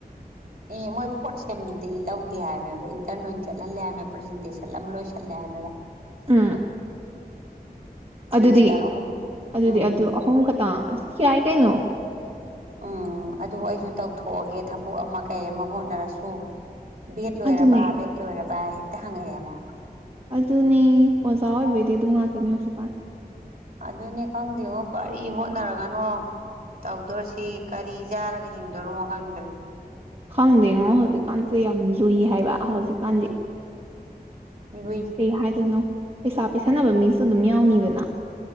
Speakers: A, on the right (about 60°); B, on the right (about 35°).
A: ꯑꯦ ꯃꯣꯏ ꯐꯣꯔꯠ ꯁꯦꯝꯗꯤ ꯂꯧꯗꯦ ꯍꯥꯏꯕꯃꯦꯕ ꯏꯟꯇꯔꯟ ꯑꯣꯏꯅ ꯆꯠꯍꯜꯂꯦ ꯍꯥꯏꯕꯃꯦ ꯄ꯭ꯔꯖꯦꯟꯇꯦꯁꯟ ꯑꯃ ꯂꯣꯏꯁꯜꯂꯦ ꯍꯥꯏꯕꯃꯦꯕ
B: ꯎꯝ
A: ꯁꯦꯃꯤꯁꯇꯔ
B: ꯑꯗꯨꯗꯤ
A: ꯑꯍꯨꯝ
B: ꯑꯗꯨꯗꯤ
A: ꯎꯝ
B: ꯑꯗꯨ ꯑꯍꯨꯝ ꯈꯛꯇꯪ ꯑꯗꯨꯗꯤ ꯌꯥꯏ ꯀꯩꯅꯣ
A: ꯎꯝ ꯑꯗꯨ ꯑꯩꯁꯨ ꯇꯧꯊꯣꯛꯑꯒꯦ ꯊꯕꯛ ꯑꯃ ꯀꯩ ꯑꯃ ꯍꯣꯠꯅꯔꯁꯨ ꯕꯦꯠ ꯂꯣꯏꯔꯕ
B: ꯑꯗꯨꯅꯦ
A: ꯕꯦꯦꯛ ꯂꯣꯏꯔꯕ ꯍꯦꯛꯇ ꯍꯪꯉꯛꯑꯦꯕ
B: ꯑꯗꯨꯅꯦ ꯑꯣꯖꯥ ꯑꯣꯏꯕꯩꯗꯤ ꯑꯗꯨ ꯉꯥꯛꯇꯅꯦ ꯍꯧꯖꯤꯛꯀꯥꯟ
A: ꯑꯗꯨꯅꯦ ꯈꯪꯗꯦꯉ ꯀꯔꯤ ꯍꯣꯠꯅꯔꯒꯅꯣ ꯇꯧꯗꯣꯔꯁꯤ ꯀꯔꯤ ꯆꯥꯔꯒ ꯍꯤꯡꯗꯣꯔꯤꯃꯣ ꯈꯪꯗ꯭ꯔꯦ
B: ꯈꯪꯗꯦꯉꯣ ꯍꯧꯖꯤꯛꯀꯥꯟꯁꯦ ꯌꯥꯝ ꯂꯨꯏ ꯍꯥꯏꯕ ꯍꯧꯖꯤꯛꯀꯥꯟꯗꯤ
A: ꯂꯨꯏ
B: ꯀꯩ ꯍꯥꯏꯗꯣꯏꯅꯣ ꯄꯩꯁꯥ ꯄꯁꯟꯅꯕ ꯃꯤꯁꯨ ꯑꯗꯨꯝ ꯌꯥꯎꯅꯤꯗꯅ